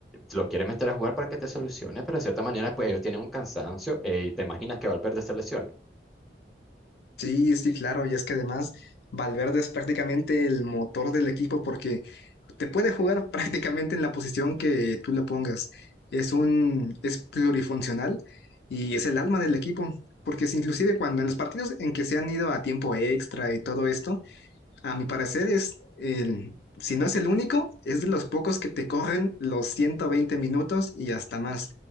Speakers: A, in the centre; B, on the left (about 65°).
A: lo quiere meter a jugar para que te solucione, pero de cierta manera pues ellos tienen un cansancio eh, y te imaginas que Valverde se lesione.
B: Sí, sí, claro, y es que además Valverde es prácticamente el motor del equipo porque te puede jugar <laughs> prácticamente en la posición que tú le pongas. Es un, es plurifuncional y es el alma del equipo, porque si inclusive cuando en los partidos en que se han ido a tiempo extra y todo esto, a mi parecer es el, si no es el único, es de los pocos que te corren los 120 minutos y hasta más.